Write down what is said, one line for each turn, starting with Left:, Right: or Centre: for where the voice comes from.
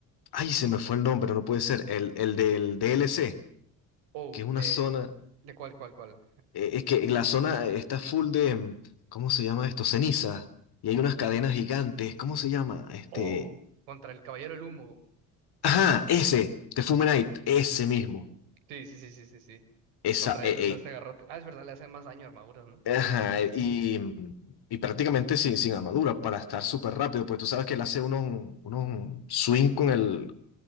Left: Ay, se me fue el nombre, no puede ser. El, el del DLC,
Right: Oh,
Left: que es una
Right: eh,
Left: zona...
Right: ¿de cuál, cuál, cuál?
Left: eh, es que la zona está full de... mm, ¿Cómo se llama esto? Ceniza. Y hay unas cadenas gigantes. ¿Cómo se llama? Este...
Right: Oh, contra el Caballero del Humo.
Left: Ajá, ese. The Fumenite. Ese mismo.
Right: Sí, sí, sí, sí, sí, sí.
Left: Esa...
Right: Contra
Left: eh,
Right: él usaste garrote. Ah, es verdad, le hace más daño a armaduras, ¿no?
Left: eh, Ajá. eh, Y, mm, y prácticamente sin, sin armadura para estar súper rápido. Pues tú sabes que él hace unos, unos swing con el...